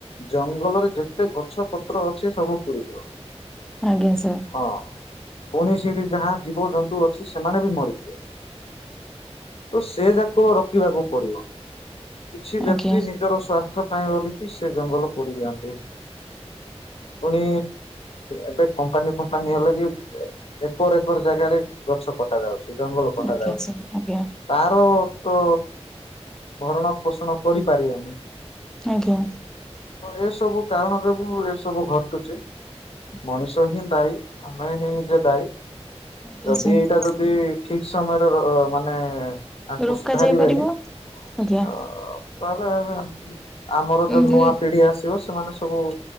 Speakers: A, on the left (about 60°); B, in the centre.
A: ଜଙ୍ଗଲରେ ଯେତେ ଗଛ ପତ୍ର ଅଛି ସବୁ ପୁଡିଯିବ।
B: ଆଜ୍ଞା ସାର୍।
A: ହଁ ପୁଣି ସେଠି ଯାହା ଜୀବଜନ୍ତୁ ଅଛି ସେମାନେ ବି ମରି ତ ସେ ଯାକ ରୋକିବାକୁ ପଡିବ। କିଛି
B: ଆଜ୍ଞା
A: ବ୍ୟକ୍ତି ନିଜର ସ୍ୱାର୍ଥ ପାଇଁ ବୋଲିକି ସେ ଜଙ୍ଗଲ ପୋଡ଼ି ଦିଅନ୍ତି। ପୁଣି ଏବେ କମ୍ପାନୀ ଫମ୍ପାନୀ ହେଲେ କି ଏକର ଏକର ଜାଗାରେ ଗଛ କଟା ଯାଉଛି। ଜଙ୍ଗଲ କଟା
B: ଆଜ୍ଞା
A: ଯାଉଛି।
B: ସାର୍ ଆଜ୍ଞା
A: ତାର ତ ଭରଣ ପୋଷଣ କରିପାରିବନି।
B: ଆଜ୍ଞା।
A: ତ ଏସବୁ କାରଣ ଯୋଗୁ ଏ ସବୁ ଘଟୁଛି। ମଣିଷ ହିଁ ଦାୟୀ। ଆମେ ହିଁ ନିଜେ ଦାୟୀ।
B: ଆଜ୍ଞା
A: ଯଦି
B: ସାର୍
A: ଏଇଟା ଯଦି ଠିକ୍ ସମୟରେ ମାନେ ତାକୁ
B: ରୋକା
A: ସୁଧାରିବେନି
B: ଯାଇ ପାରିବ ଆଜ୍ଞା
A: ଅ ତାହେଲେ ଆମର ଯୋଉ
B: ଧୀରେ
A: ନୂଆ ପିଢି ଆସିବ ସେମାନେ ସବୁ